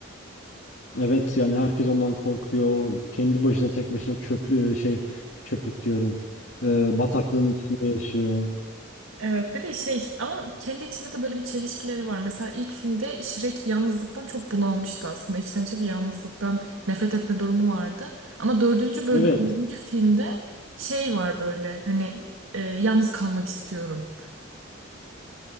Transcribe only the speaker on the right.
Evet, bir de şey ama kendi içinde de böyle bir çelişkileri var. Mesela ilk filmde Shrek yalnızlıktan çok bunalmıştı aslında. İçten içe bir yalnızlıktan nefret etme durumu vardı. Ama dördüncü böl
dördüncü filmde şey var böyle hani e, yalnız kalmak istiyorum.